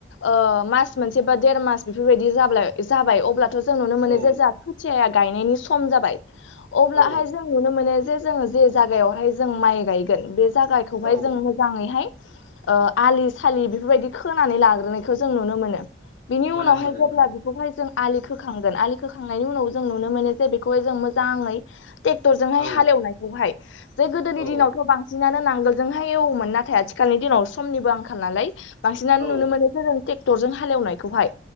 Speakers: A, on the left; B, on the right.
A: ओ मास मोनसे बा देर मास बेफोरबायदि जाब्लाय जाबाय अब्लाथ' जों नुनो मोनो
B: औ
A: जे जोंहा खोथिया गायनायनि सम जाबाय अब्लाहाय
B: औ
A: जों जों नुनो मोनो जे जोङो जे जायगायावहाय जों माइ गायगोन बे जागाखौहाय
B: औ
A: जों मोजां मोजाङैहाय ओ आलि सालि बेफोरबायदि खोनानै लाग्रोनायखौ जों नुनो मोनो। बिनि
B: मोनो
A: उनावहाय
B: मोनो
A: जेब्ला
B: मोनो
A: बेखौहाय जों आलि खोखांगोन आलि खोखांनायनि उनाव जों नुनो मोनो जे बेखौहाय जों मोजाङै टेक्टरजोंहाय
B: औ
A: हालेवनायखौहाय जे गोदोनि
B: औ
A: दिनावथ' बां जोंहालाय नांगोलजोंहाय एवोमोन नाथाय आथिखालनि दिनाव समनिबो आंखाल नालाय बांसिनानो
B: औ
A: नुनो मोनो जों ट्रेक्टर जजों हालेवनायखौहाय